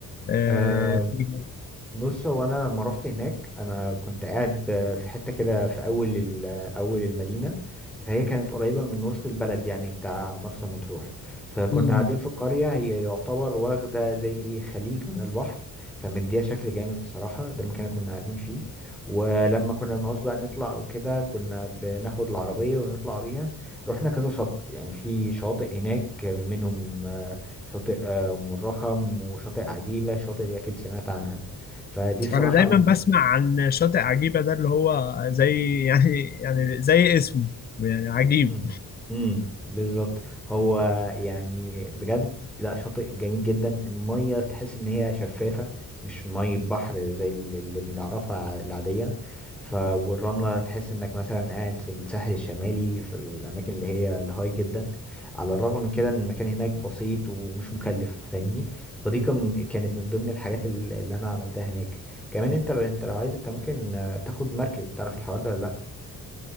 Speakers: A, on the left; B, in the centre.
A: آه،
B: آه،
A: فيها.
B: بص هو انا لما رحت هناك انا كنت قاعد آه، في حته كده في اول ال- آه، اول المدينه فهي كانت قريبه من وسط البلد يعني بتاع مرسى مطروح فكنا
A: مم.
B: قاعدين في قريه هي يعتبر واخده زي ايه خليج من البحر فمديها شكل جامد الصراحه ده المكان اللي كنا قاعدين فيه ولما كنا بنعوز بقى نطلع او كده كنا بناخد العربيه ونطلع بيها رحنا كذا شط يعني في شاطئ هناك منهم آه، شاطئ آه، ام الرخم وشاطئ عجيبه الشاطئ دي اكيد سمعت عنها فدي صراحة
A: أنا دايما بسمع عن شاطئ عجيبة ده اللي هو زي <laughs> يعني يعني زي اسمه يعني عجيب
B: امم امم بالظبط هو يعني بجد لا شاطئ جميل جدا المية تحس ان هي شفافة مش مية بحر زي ال- اللي بنعرفها ع- العادية ف والرملة تحس انك مثلا قاعد في الساحل الشمالي في الاماكن اللي هي الهاي جدا على الرغم من كده ان المكان هناك بسيط ومش مكلف فاهمني ودي كم- كانت من ضمن الحاجات ال- اللي انا عملتها هناك كمان انت لو انت لو عايز انت ممكن آه، تاخد مركب تعرف الحوار ده ولا